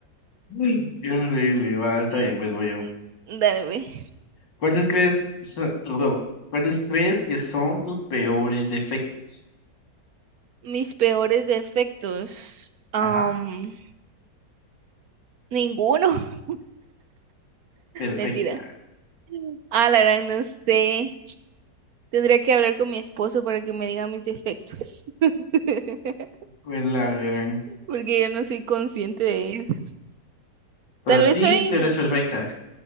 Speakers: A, on the left (about 85°); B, on the right (about 60°).
A: Uy, qué horrible, va, está
B: Mm,
A: bien, pues voy yo.
B: Dale, ve.
A: ¿Cuáles crees, so- perdón, ¿cuáles crees que son tus peores defectos?
B: Mis peores defectos. am,
A: Ajá,
B: ninguno. <laughs>
A: perfecta.
B: Mentira. Ah, la verdad, no sé. Tendría que hablar con mi esposo para que me diga mis defectos. <laughs>
A: Fue la gran.
B: Porque yo no soy consciente de ellos.
A: Para
B: Tal
A: ti,
B: vez soy
A: tú eres perfecta.